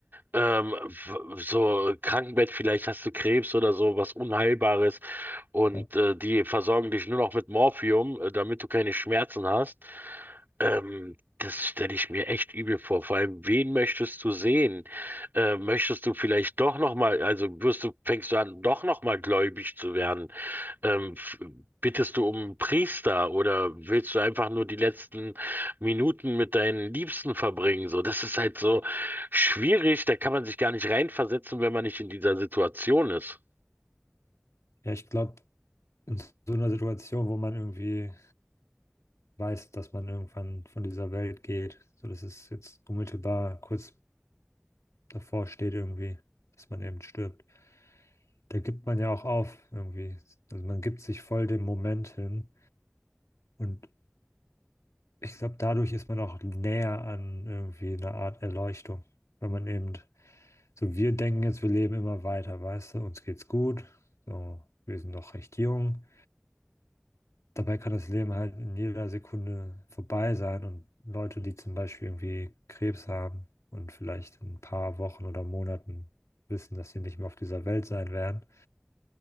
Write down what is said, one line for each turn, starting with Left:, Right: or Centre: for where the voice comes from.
Right: ähm, w- so Krankenbett, vielleicht hast du Krebs oder so, was Unheilbares und
Left: Ja,
Right: äh, die versorgen dich nur noch mit Morphium, äh, damit du keine Schmerzen hast. Ähm, das stelle ich mir echt übel vor. Vor allem, wen möchtest du sehen? Äh, möchtest du vielleicht doch noch mal, also wirst du, fängst du an, doch noch mal gläubig zu werden? Ähm, f- bittest du um einen Priester oder willst du einfach nur die letzten Minuten mit deinen Liebsten verbringen? So, das ist halt so schwierig. Da kann man sich gar nicht reinversetzen, wenn man nicht in dieser Situation ist.
Left: Ja, ich glaube, in so einer Situation, wo man irgendwie weiß, dass man irgendwann von dieser Welt geht, so dass es jetzt unmittelbar kurz davor steht irgendwie, dass man eben stirbt. da gibt man ja auch auf irgendwie. Also man gibt sich voll dem Moment hin. Und ich glaube, dadurch ist man auch näher an irgendwie einer Art Erleuchtung. Wenn man eben, so wir denken jetzt, wir leben immer weiter, weißt du, uns geht's gut, so, wir sind noch recht jung. Dabei kann das Leben halt in jeder Sekunde vorbei sein und Leute, die zum Beispiel irgendwie Krebs haben und vielleicht in ein paar Wochen oder Monaten wissen, dass sie nicht mehr auf dieser Welt sein werden,